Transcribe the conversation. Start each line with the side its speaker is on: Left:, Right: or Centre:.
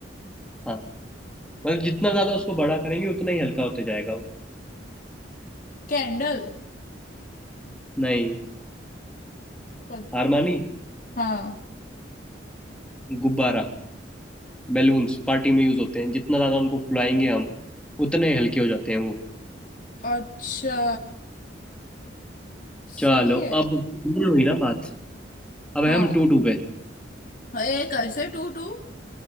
Centre: हाँ मतलब जितना ज्यादा उसको बड़ा करेंगे उतना ही हल्का होते जाएगा वो
Left: कैंडल
Centre: नहीं
Left: पत-
Centre: हार मानी
Left: हाँ
Centre: गुब्बारा बैलून्स पार्टी में यूज होते हैं जितना ज्यादा उनको फुलाएंगे हम उतने हल्के हो जाते हैं वो
Left: अच्छा सही
Centre: चलो
Left: है
Centre: अब ये हुई ना बात अब है
Left: हाँ
Centre: हम टू टू पे
Left: एक ऐसे टू टू